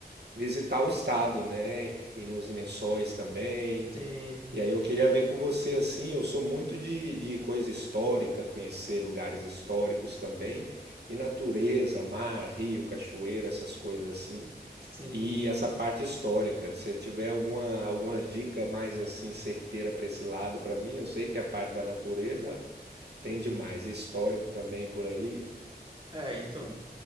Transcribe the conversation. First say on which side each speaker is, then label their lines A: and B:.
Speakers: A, on the right; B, on the right.
A: visitar o estado, né? Ir nos Lençóis também.
B: Sim,
A: E aí eu queria ver com você assim, eu sou muito de, de coisa histórica, conhecer lugares históricos também, e natureza, mar, rio, cachoeira, essas coisas assim.
B: sim.
A: E essa parte histórica, se tiver alguma alguma dica mais assim certeira para esse lado para mim, eu sei que a parte da natureza tem demais, histórico também por aí.
B: É, então,